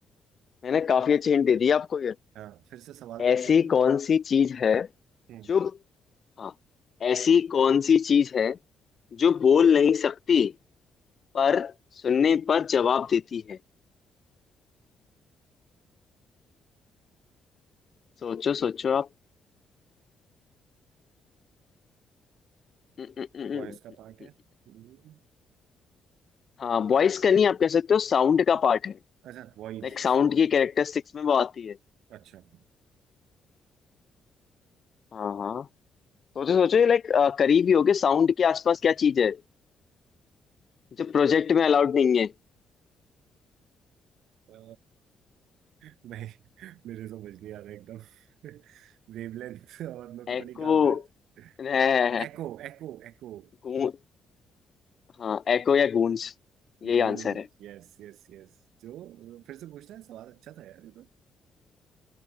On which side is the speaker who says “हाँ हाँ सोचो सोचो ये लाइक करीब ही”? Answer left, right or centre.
Left